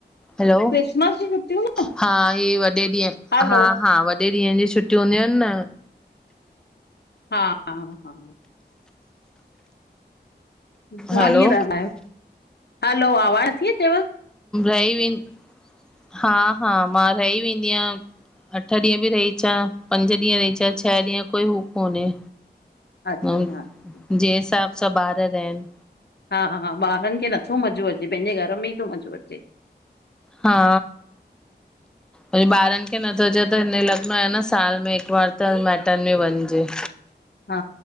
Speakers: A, in the centre; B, on the left.
A: हलो,
B: क्रिसमस जी छुटियूं न
A: हा ये वॾे ॾींहु,
B: हलो
A: हा हा वॾे ॾींहु जी छुटियूं हूंदियूं हिनि न
B: हा, हा, हा, घणा
A: हैलो
B: ॾिंहु रहंदा आहियो? हलो आवाज़ थी अचेव
A: ॿई वें, हा हा, मां रही वेंदी आहियां। अठ ॾींहु बि रही अचा, पंज ॾींहु रही अचां, छह ॾींहु कोई हूं कोने
B: अच्छा
A: अ,
B: अच्छा
A: जेहि हिसाब सां ॿारु रहनि
B: हा-हा ॿारनि खे नथो मज़ो अचे, पेंजे घरु में ईं तो मज़ो अचे।
A: हा
B: <inaudible>
A: त ॿारनि खे नथो चए त हिन लॻणो आ न साल में हिकु बार त माइटन में वञिजे।
B: हा